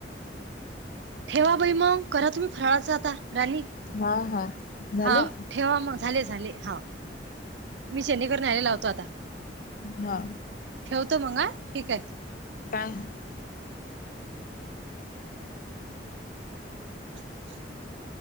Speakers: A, on the right; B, on the left.
A: ठेवा बाई मग करा तुम्ही फराळाच आता. राणी
B: हा हा झाले?
A: हा ठेवा मग झाले झाले हा. मी शनी करूनं हाय आलवतो आता.
B: हा,
A: ठेवतो मग हा ठीक आहे
B: काय?
A: <inaudible>